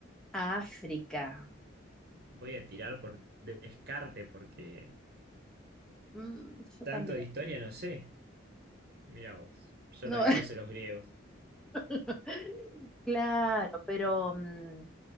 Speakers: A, in the centre; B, on the right (about 50°).
A: a África.
B: Voy a tirar por descarte porque
A: Mm, yo
B: tanto
A: también.
B: de historia no sé. Mira vos. Yo
A: No,
B: también puse los griegos.
A: <laughs> claro, pero mm,